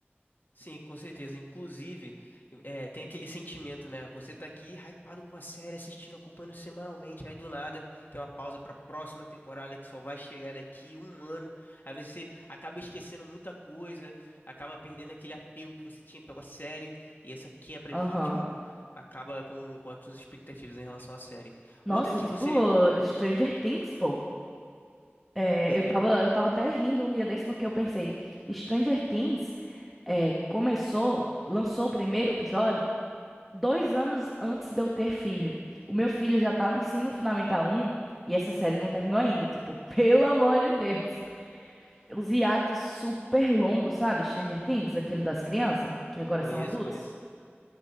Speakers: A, on the left; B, in the centre.
A: Sim, com certeza. Inclusive, é, tem aquele sentimento, né? Você tá aqui hypado com a série, assistindo, acompanhando semanalmente, aí do nada tem uma pausa pra próxima temporada que só vai chegar daqui um ano. Aí você acaba esquecendo muita coisa, acaba perdendo aquele apego que você tinha pela série, e essa quebra
B: Aham.
A: de ritmo acaba com, com as suas expectativas em relação à série.
B: Nossa,
A: Outra que
B: tipo
A: você. Hum,
B: Stranger Things, pô. É,
A: sim,
B: eu tava, eu tava até rindo um dia desse porque eu pensei, Stranger Things é, começou, lançou o primeiro episódio dois anos antes de eu ter filho. O meu filho já tá no ensino fundamental 1 e essa série não terminou ainda. Tipo, <laughs> pelo amor de Deus. Os hiatos super longos, sabe? Stranger Things, aquele das crianças, que agora
A: conheço,
B: são adultos.
A: conheço.